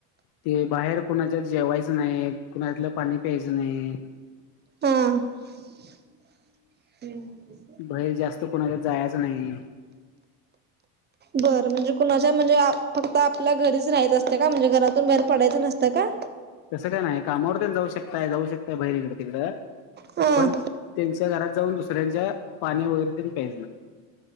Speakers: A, on the left (about 55°); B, on the right (about 25°).
A: ते बाहेर कुणाच्यात जेवायचं नाही. कुणातलं पाणी प्यायचं नाही.
B: हो.
A: बाहेर जास्त कोणाला जायच नाही.
B: बरं म्हणजे कुणाच्या म्हणजे फक्त आपल्या घरीच राहाचं असतं का म्हणजे घरातून बाहेर पडायचं नसतं का.?
A: तसं काय नाही. कामावर तेन जाऊ शकताय. जाऊ शकताय बाहेर इकडं तिकडं
B: हा
A: पण त्यांच.. च्या घरात जाऊन दुसऱ्यांच्या पाणी वगैरे तेन प्यायच...